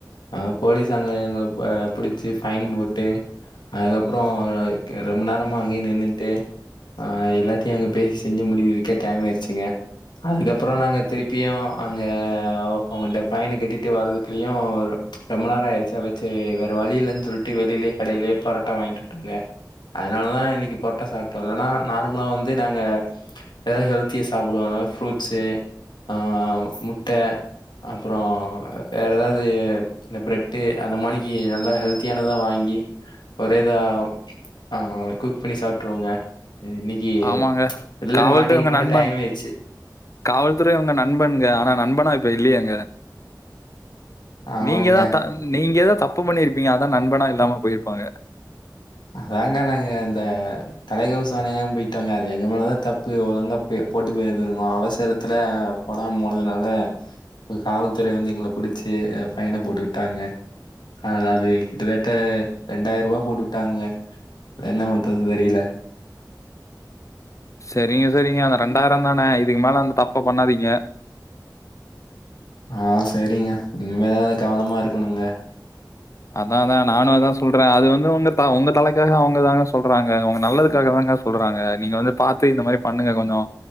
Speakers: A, on the left; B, on the left.
A: ஆ போலீஸ் அங்க எங்கள ப புடிச்சு ஃபைன் போட்டு அதுக்கப்புறோ க் ரொம்ப நேரமா அங்யே நின்னுக்ட்டு அ எல்லாத்தியு அங்க பேசி செஞ்சு முடிக்றதுக்கே டைம் ஆயிர்ச்சிங்க. அதுக்கப்புறோ நாங்க திருப்பியு அங்க அவுங்கள்ட ஃபைன கட்டிட்டு வர்துக்குலியு ஒரு ரொம்ப நேரோ ஆய்ருச்சா வெ சேர் வேற வழி இல்லன் சொல்ட்டு வெளிலியே கடைலியே பரோட்டா வாய்ங்ட்டு வந்டோங்க. அதனாலதா இன்னிக்கு பரொட்டா சாப்ட்டோ இல்லனா நார்மலா வந்து நாங்க ஏதாவது ஹெல்த்தியா சாப்புடுவே ஆன ஃப்ரூட்ஸ்சு ஆ முட்ட அப்புறோ வேற எதாவது இந்த பிரெட்டு அந்த மானிக்கு நல்லா ஹெல்த்தியான தா வாங்கி ஒரே தா ஆ குக் பண்ணி சாப்ட்டுருவோங்க இன்னைக்கி
B: ஆமாங்க.
A: வெள்ள
B: காவல்துறை
A: மாட்டிக்கிட்டோனா
B: உங்க நண்பன்.
A: டைம் ஆச்சு
B: காவல்துறை ஒங்க நண்பங்க ஆனா நண்பனா இப்ப இல்லையேங்க
A: ஆமாங்க
B: நீங்க தா த நீங்க ஏதா தப்பு பண்ணிருப்பீங்க அதா நண்பனா இல்லாம போயிருப்பாங்க
A: அதாங்க நாங்க இந்த தலைகவசோ அணியாம போயிட்டோங்க அது எங்க மேலதா தப்பு ஒழுங்கா போ போட்டு போயிருந்திருக்கோனு அவேசரத்துல போடாம போனதுனால காவல்துறை வந்து எங்கள புடுச்சு பைய்ண போட்டுட்டாங்க அதாது கிட்டத்தட்ட ரெண்டாயிர ரூபா போட்டு விட்டாங்க என்ன பண்றதுன்னு தெரியேல
B: செரிங்க செரிங்க அந்த ரெண்டாயிர தானே இதுக்கு மேல அந்த தப்ப பண்ணாதீங்க
A: ஆ செரிங்க இனிமேதா கவனமா இருக்கணுங்க
B: அதா அதா நானு அதா சொல்றே அது வந்து உங்க ஒங்க தலைக்காக அவுங்க தாங்க சொல்றாங்க உங்க நல்லதுக்காக தாங்க சொல்றாங்க நீங்க வந்து பாத்து இந்த மாரி பண்ணுங்க கொஞ்சோ